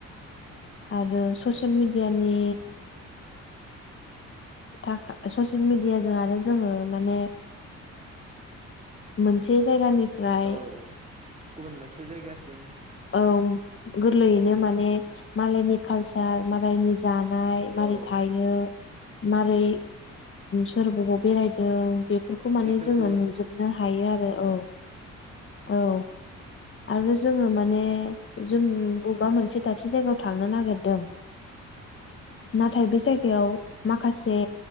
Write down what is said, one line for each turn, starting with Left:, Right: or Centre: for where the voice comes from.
Left: आरो ससियेल मिडियानि थाखा ससियेल मिडियाजों आरो जोङो माने मोनसे जायगानिफ्राय
Right: औ गुबुन मोनसे जायगासिम
Left: औ गोरलैयैनो
Right: उम
Left: माने मालायनि कालसार मालायनि जानाय मारै
Right: औ
Left: थायो मारै सोर बबाव बेरायदों बेफोर खौ माने
Right: बेफोरखौ
Left: जोङो नुजोबनो हायो आरो औ औ। आरो जोङो माने माने जों बबेबा मोनसे दाबसे जायगायाव थांनो नागिरदों। नाथाय बे जायगायाव माखासे